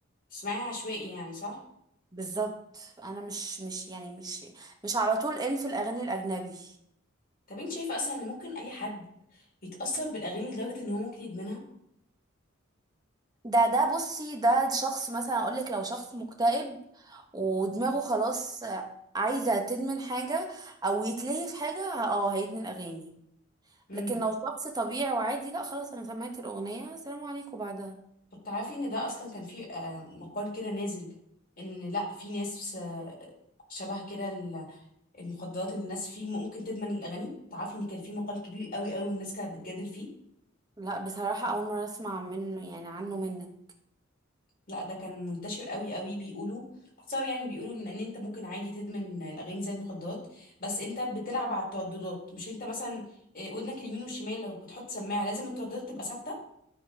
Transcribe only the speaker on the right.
بالظبط أنا مش مش يعني مش مش على طول إن في الأغاني الأجنبي
ده ده بصي ده شخص مثلا اقول لك لو شخص مكتئب ودماغه خلاص عايزة تدمن حاجة او يتلهي في حاجة اه هيدمن اغاني
لكن لو شخص طبيعي وعادي لا خلاص انا سمعت الاغنية السلام عليكم بعدها
لا بصراحة اول مرة اسمع منه يعني عنه منك